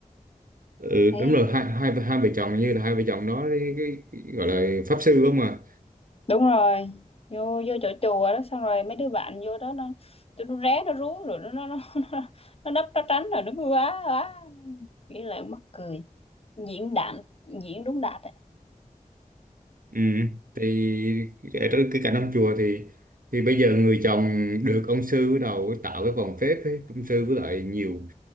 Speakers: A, on the right; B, on the left.
A: ừ, đúng
B: Thấy
A: rồi hai hai hai vợ chồng như là hai vợ chồng đó cái, cái, gọi là pháp sư không à
B: đúng rồi. Vô vô chỗ chùa đó xong rồi mấy đứa bạn vô đó nó tụi nó ré nó rú rồi nó nó nó <laughs> nó, nó nấp nó tránh rồi đúng quá quá. Nghĩ lại mắc cười. Diễn đạn diễn đúng đạt ấy.
A: Ừ, thì ở trong cái cảnh ông chùa thì thì bây giờ người chồng được ông sư bắt đầu tạo cái vòng phép ấy. Ông sư với lại nhiều